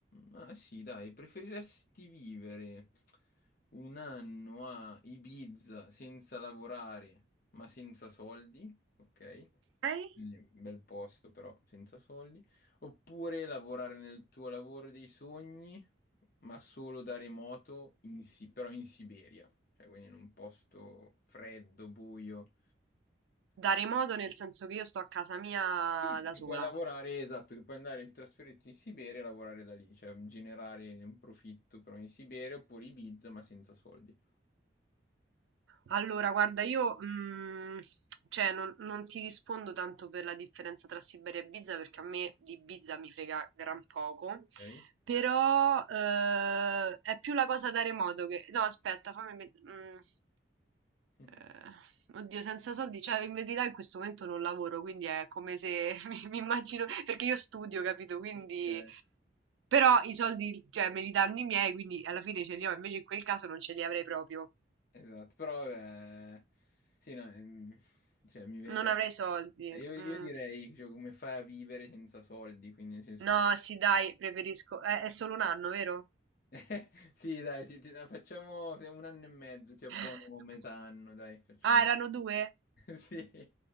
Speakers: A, on the left (about 50°); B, on the right (about 85°).
A: Ah sì, dai, preferiresti vivere un anno a Ibiza senza lavorare, ma senza soldi? Ok?
B: Lei?
A: Quindi, bel posto, però senza soldi. Oppure lavorare nel tuo lavoro dei sogni, ma solo da remoto, in Si- però in Siberia, cioè quindi in un posto freddo, buio.
B: Dare
A: Cioè,
B: modo nel senso che io sto a casa mia
A: Sì, sì,
B: da
A: che
B: sola.
A: puoi lavorare, esatto, che puoi andare in trasferirti in Siberia e lavorare da lì, cioè generare un profitto però in Siberia oppure Ibiza ma senza soldi.
B: Allora, guarda, io mm, cioè, non, non ti rispondo tanto per la differenza tra Siberia e Ibiza perché a me di Ibiza mi frega gran poco,
A: Ok?
B: però eh, è più la cosa dare modo che... No, aspetta, fammi... met- mm,
A: <laughs>
B: eh, Oddio, senza soldi, cioè in verità in questo momento non lavoro, quindi è come se <laughs> mi, mi immagino, perché io studio, capito? Quindi
A: Ok.
B: Però i soldi, cioè me li danno i miei, quindi alla fine ce li ho, invece in quel caso non ce li avrei proprio.
A: Esatto, però vabbè, sì, no, ehm, cioè, mi viene
B: Non
A: da
B: avrei
A: dire-
B: soldi.
A: Io, io
B: Mm.
A: direi, cioè, come fai a vivere senza soldi, quindi nel senso
B: No,
A: sì,
B: sì, dai, preferisco. È, è solo un anno, vero?
A: <laughs> sì dai, sì, ti- no, facciamo un anno e mezzo, ti abbuono
B: <laughs>
A: metà anno, dai, facciamo...
B: Ah, erano due?
A: <laughs> Sì,